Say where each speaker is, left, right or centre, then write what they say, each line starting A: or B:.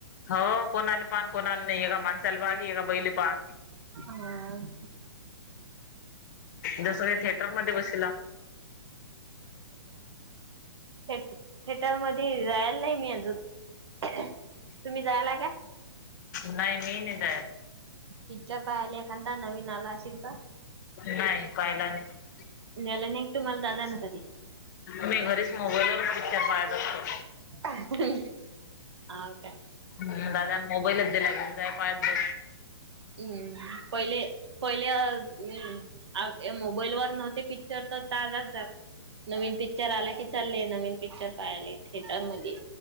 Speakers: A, on the left (about 40°); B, on the right (about 70°).
A: हो कोणाले पान कोणाला नाही ए का माणसाला बाग ए बैले पहा.
B: हम्म
A: जसं काय थिएटर मध्ये बस
B: <inaudible> थिएटर मध्ये जायला नाही मी अजून तुम्ही जायला हे का?
A: नाही मी नाही जायत.
B: पिच्चर पाहिला एखादा नवीन आलाय. सिम्बा
A: नाही पाहिला नाही
B: नेलं नाहीक तुम्हाला दादा न कधी.
A: मी घरीच मोबाईल वरच पिक्चर पाहत असतो.
B: हा का?
A: हम दादान मोबाईलच दिला लागे काय पहिजे आजून.
B: हम्म पहिले पहिले मी हम. अ मोबाईल वर नव्हते पिक्चर तर ताजा जात. नवीन पिक्चर आला की चालले नवीन पिक्चर पायले थिएटरमधि.